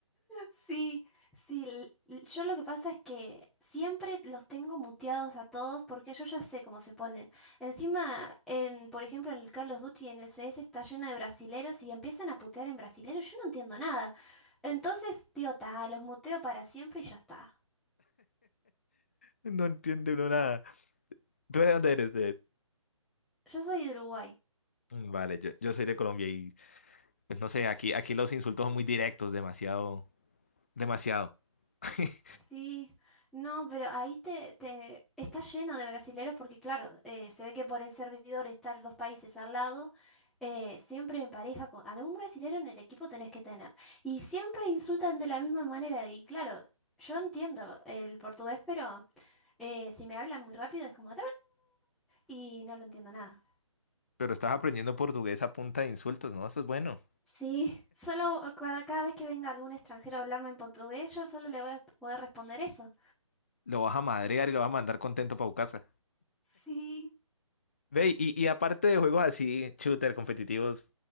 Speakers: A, in the centre; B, on the left.
A: Sí, sí, l- l- yo lo que pasa es que siempre los tengo muteados a todos porque yo ya sé cómo se ponen. Encima, en, por ejemplo, en el Call of Duty, en el CS está lleno de brasileros y empiezan a putear en brasileros, yo no entiendo nada. Entonces digo, ta, los muteo para siempre y ya está.
B: No entiende uno nada. ¿Tú de dónde eres?
A: Yo soy de Uruguay.
B: Mm, Vale, yo, yo soy de Colombia y pues, no sé, aquí, aquí los insultos son muy directos, demasiado, demasiado. <laughs>
A: Sí, no, pero ahí te, te está lleno de brasileros porque claro, eh, se ve que por el servidor estar los países al lado, eh, siempre en pareja con algún brasilero en el equipo tenés que tener. Y siempre insultan de la misma manera y claro, yo entiendo el portugués, pero eh, si me hablan muy rápido es como... Y no lo entiendo nada.
B: Pero estás aprendiendo portugués a punta de insultos, ¿no? Eso es bueno.
A: Sí, <laughs> solo cada, cada vez que venga algún extranjero a hablarme en portugués, yo solo le voy a poder responder eso.
B: Lo vas a madrear y lo vas a mandar contento para casa.
A: Sí.
B: Ve, y, y aparte de juegos así, shooter, competitivos,